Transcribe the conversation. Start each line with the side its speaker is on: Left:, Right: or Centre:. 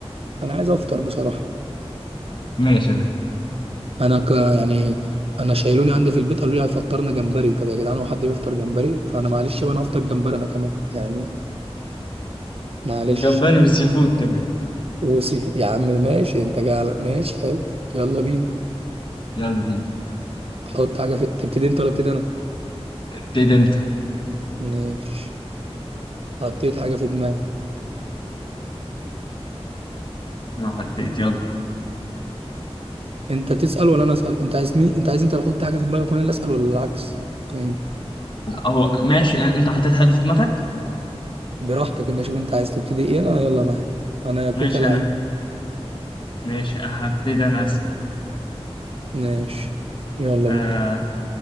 Right: انا عايز افطر بصراحه
Left: ماشي يا باشا
Right: انا ك يعني انا شايلوني عندي في البيت قالوا لي هيفطرنا جمبري طب يا جدعان هو حد بيفطر جمبري فانا معلش بقى انا هفطر جمبري انا كمان يعني معلش
Left: الجمبري والسي فود كمان
Right: وسيف يا عم ماشي انت جاي على ماشي حلو يلا بينا
Left: يلا بينا
Right: حط حاجه في تبتدي انت ولا ابتدي انا
Left: ابتدي انت
Right: ماشي حطيت حاجه في دماغي
Left: انا حطيت يلا
Right: انت تسال ولا انا اسال انت عايز مين انت عايز انت اللي تحط حاجه في دماغك وانا اللي اسال ولا العكس فاهم
Left: هو ماشي أ- انت حطيت حاجة في دماغك
Right: براحتك انت شوف انت عايز تبتدي ايه انا يلا معاك انا
Left: ماشي
Right: كيكه لعيب
Left: انا ماشي هبتدي انا أسأل
Right: ماشي يلا
Left: آه
Right: بينا